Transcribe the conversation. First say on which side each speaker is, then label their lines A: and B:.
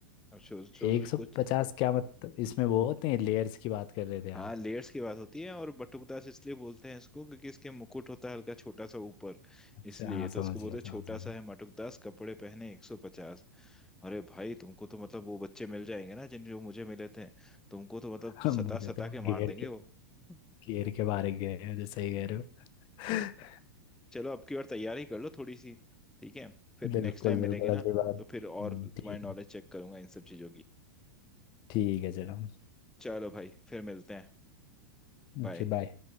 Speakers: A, in the centre; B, on the left.
A: अब सोच सोच
B: एक
A: उसको
B: सौ पचास क्या मतलब इसमें वो होते हैं लेयर्स की बात कर रहे थे आप
A: हाँ लेयर्स की बात होती है और बटुकदास इसलिए बोलते हैं इसको क्योंकि इसके मुकुट होता है हल्का छोटा सा ऊपर
B: अच्छा
A: इसलिए
B: हाँ
A: तो
B: समझ
A: इसको बोलते
B: गया
A: हैं
B: समझ
A: छोटा
B: गया
A: सा है मटुकदास कपड़े पहने 150 अरे भाई तुमको तो मतलब वो बच्चे मिल जाएंगे ना जिन जो मुझे मिले थे तुमको तो मतलब
B: <laughs> मुझे
A: सता सता
B: तो
A: के मार
B: घेर
A: देंगे
B: के
A: वो <laughs>
B: घेर के बारे गए हैं मुझे सही कह रहे हो
A: चलो अब की बार तैयारी कर लो थोड़ी सी ठीक है
B: <laughs>
A: फिर
B: बिल्कुल
A: नेक्स्ट टाइम मिलेंगे
B: बिल्कुल
A: ना
B: अगली बार हम्म,
A: तो फिर और तुम्हारी
B: ठीक
A: नॉलेज
B: है
A: चेक करूंगा इन सब चीजों की
B: ठीक है चलो
A: चलो भाई फिर मिलते हैं
B: Okay
A: बाय
B: bye